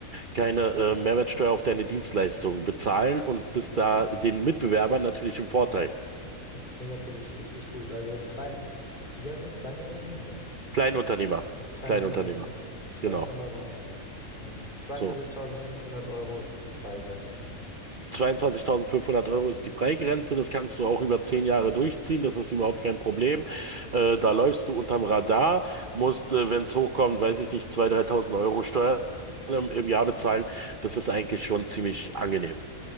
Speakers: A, on the right (about 45°); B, on the left (about 35°).
A: keine äh, Mehrwertsteuer auf deine Dienstleistung bezahlen und bist da den Mitbewerbern natürlich im Vorteil.
B: Das klingt natürlich richtig gut. Also klein, wie heißt das? Kleingewerbe? Nee,
A: Kleinunternehmer,
B: ach, Kleinunternehmer.
A: Kleinunternehmer,
B: Dann schaue
A: genau.
B: ich da mal rein. Und 22.500
A: So.
B: Euro ist die Freigrenze.
A: 22.500 Euro ist die Freigrenze, das kannst du auch über zehn Jahre durchziehen, das ist überhaupt kein Problem. Äh, da läufst du unterm Radar, musst, äh, wenn es hochkommt, weiß ich nicht, 2.000, 3.000 Euro Steuern im, im Jahr bezahlen. Das ist eigentlich schon ziemlich angenehm.